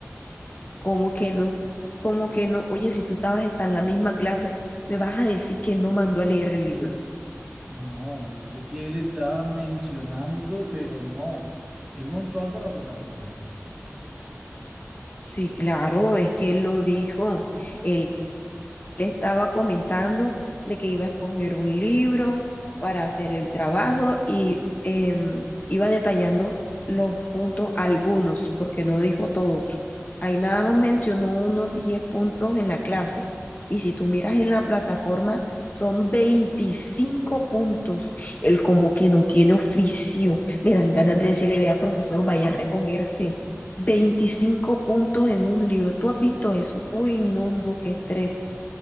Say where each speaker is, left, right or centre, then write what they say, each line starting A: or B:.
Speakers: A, on the left (about 35°); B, on the right (about 20°).
A: ¿Cómo que no? ¿Cómo que no? Oye, si tú estabas hasta en la misma clase, me vas a decir que no mandó a leer el libro.
B: No, yo sé que él estaba mencionando, pero no. Él montó algo a la plataforma.
A: Sí, claro, es que él lo dijo. Él le estaba comentando de que iba a escoger un libro para hacer el trabajo y em, iba detallando los puntos, algunos, porque no dijo todos. Ahí nada más mencionó unos 10 puntos en la clase. Y si tú miras en la plataforma, son 25 puntos. Él como que no tiene oficio. Me dan ganas de decirle, vea, profesor, vaya a recogerse. veinticinco puntos en un libro. ¿Tú has visto eso? Uy, no, no, qué estrés.